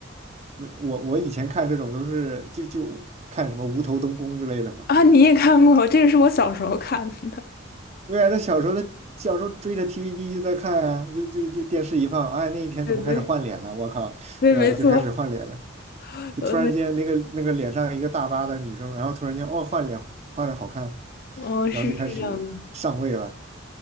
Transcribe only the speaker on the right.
没我我以前看这种都是就就看什么无头东宫之类的嘛。
对啊，那小时候的小时候追着 TVB 就在看啊，就就就电视一放，哎，那一天怎么开始换脸了？
我靠，
对吧？
就开始换脸了，
就突然间那个那个脸上一个大疤的女生，
然后突然间哦换脸换的好看，
然后就开始上位了。